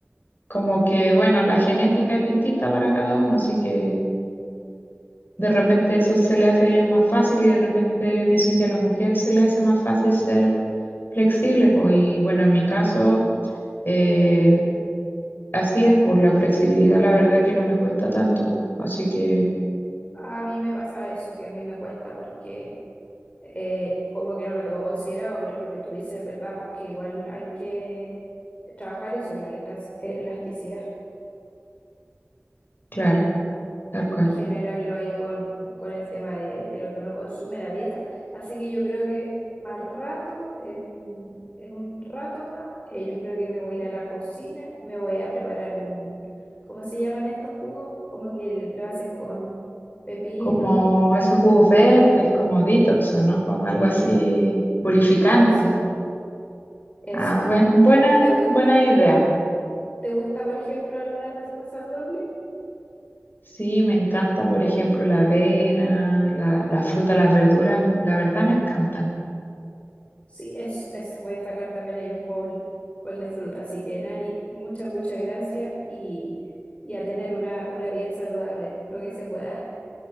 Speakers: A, on the left (about 45°); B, on the left (about 30°).
A: como que, bueno, la genética es distinta para cada uno, así que de repente eso se le hace a ellos más fácil y de repente dicen que a las mujeres se les hace más fácil ser flexible, pues y bueno, en mi caso eh, Así es, por la flexibilidad, la verdad que no me cuesta tanto. Así que,
B: A mí me pasa eso, que a mí me cuesta porque... eh, como que no lo tengo considerado, pero lo que tú dices es verdad, porque igual hay que trabajar eso, la elastas- elasticidad,
A: claro, tal cual.
B: y generarlo ahí con, con el tema de, de lo que uno consume, la dieta. Así que yo creo que más rato, en, en un rato más, eh, yo creo que me voy a ir a la cocina y me voy a preparar un, ¿cómo se llaman estos jugos? Como que lo hacen con pepino,
A: Como esos jugos verdes, como detox, ¿o ¿no? Como algo así purificante.
B: eso, eso.
A: Ah, buen- buena,
B: ¿Te gustan,
A: buena idea.
B: te gusta, por ejemplo, alguna receta saludable?
A: Sí, me encanta, por ejemplo, la avena, la, la fruta, las verduras, la verdad me encantan.
B: Sí, eso, eso. Voy a sacar también ahí un bowl, bowl de fruta. Así que, Nani, muchas, muchas gracias y, y a tener una, una vida saludable, lo que se pueda.